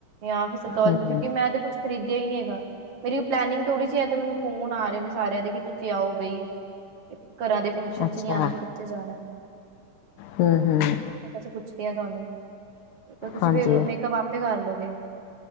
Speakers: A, on the right; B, on the left.
A: ਜਾਂ ਫਿਰ
B: ਹੂੰ
A: ਕਿਉਂਕਿ ਮੈਂ ਤੇ ਕੁਛ ਖਰੀਦਿਆ ਈਨੀ ਹੈਗਾ, ਮੇਰੀ ਪਲੇਨਿਗ ਥੋੜੀ ਸੀ ਅ ਤੇ ਮਿਨੂੰ ਫੋਨ ਆ ਰਹੇ ਨੇ ਸਾਰਿਆਂ ਦੇ ਕਿ ਤੁਸੀਂ ਆਓ ਬਈ, ਘਰਾਂ ਦੇ ਫੰਕਸ਼ਨ
B: ਅੱਛਾ
A: ਚ ਨੀ ਆਣਾ ਫਿਰ ਕਿੱਥੇ ਜਾਣਾ?
B: ਹੂੰ-ਹੂੰ।
A: ਮੈਂ ਵੈਸੇ ਪੁੱਛਦੀ ਆ ਤਹਾਨੂੰ ਤੇ ਤੁਸੀਂ
B: ਹਾਂਜੀ
A: ਮੇਕਅਪ ਆਪੇ ਕਰ ਲੋਗੇ?